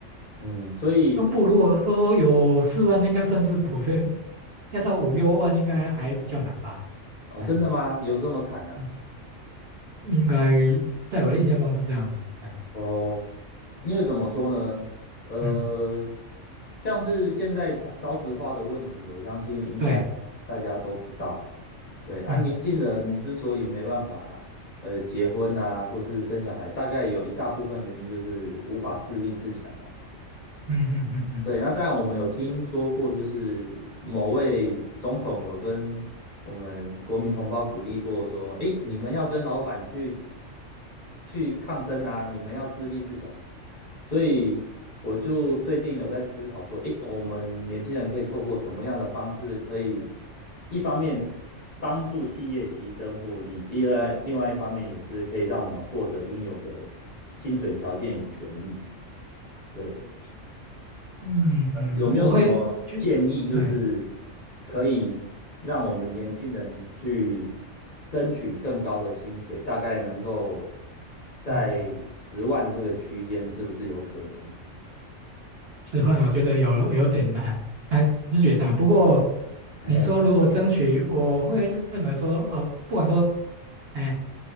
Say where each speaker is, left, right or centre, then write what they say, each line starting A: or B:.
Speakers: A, on the left (about 45°); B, on the right (about 60°).
A: 嗯，所以
B: 中部如果说有四万，应该算是普遍，要到五六万应该还比较难吧，
A: 哦，
B: 哎，
A: 真的吗？有这么惨啊？
B: 嗯，应该在我的印象中是这样子，哎，
A: 哦，因为怎么说呢？呃，
B: 嗯，
A: 像是现在少少子化的问题，我相信应该大家都知道。
B: 对，
A: 对啊，
B: 嗯，
A: 年轻人之所以没办法呃结婚啊，或是生小孩，大概有一大部分原因就是无法自立自强了。
B: 嗯嗯嗯嗯
A: 对，那当然我们有听说过，就是某位总统有跟我们国民同胞鼓励过，说：“诶，你们要跟老板去去抗争啊，你们要自立自强。”所以我就最近有在思考说，诶，我们年轻人可以透过什么样的方式，可以一方面提帮助企业提升获利，第二另外一方面也是可以让我们获得应有的薪水条件与权利。对。
B: 嗯，嗯，
A: 有没有什么建议，
B: 我会去，
A: 就是
B: 对，
A: 可以让我们年轻人去争取更高的薪水，大概能够在十万这个区间，
B: 嗯。
A: 是不是有可能？
B: 置换我觉得有有点难，哎，直觉上。不过
A: 嘿，
B: 你说如何争取，我会认为说，呃，不管说，哎